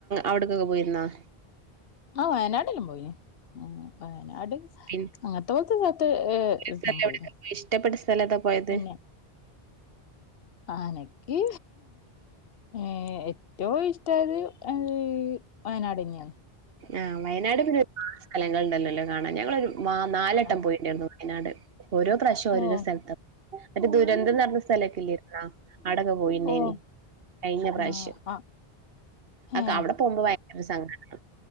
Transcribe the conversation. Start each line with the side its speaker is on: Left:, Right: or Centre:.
Right: അവിടക്കൊക്കെ പോയിരുന്നാ?
Left: ആഹ് വയനാട് എല്ലോം പോയിന്. ആഹ് വയനാട്
Right: പിന്നെ
Left: അങ്ങത്തെ പോൽത്ത സ്ഥല ത്ത് ഏഹ്
Right: ഒരു
Left: എല്ലാം
Right: സ്ഥലം
Left: പോയിന്.
Right: എവിടൊക്കെ പോയി ഇഷ്ടപ്പെട്ട സ്ഥലം ഏതാ പോയത്?
Left: പിന്നെ അനക്കി ഏഹ് ഏറ്റവും ഇഷ്ടായത് ഏഹ് വയനാടന്നെയാണ്
Right: ആഹ് വയനാട് എന്ന് കേ സ്ഥലങ്ങള്ണ്ടല്ലോല്ലേ കാണാൻ. ഞങ്ങളൊരു വാ നാലട്ടം
Left: ആഹ്
Right: പോയിട്ട്ണ്ടായിരുന്നു വയനാട്. ഓരോ പ്രാവശ്യോ ഓരോരോ
Left: ഓഹ്
Right: സ്ഥലത്താ. മറ്റേ ദുരന്തം നടന്ന സ്ഥലൊക്കെ ഇല്ലരുന്നാ? അടൊക്കെ പോയിണ്ടേനി
Left: ഓഹ്
Right: കഴിഞ്ഞ പ്രാവശ്യം
Left: ആഹ് ആഹ്
Right: അക്ക
Left: ഏഹ്
Right: അവിട പോകുമ്പോ ഭയങ്കര സങ്കട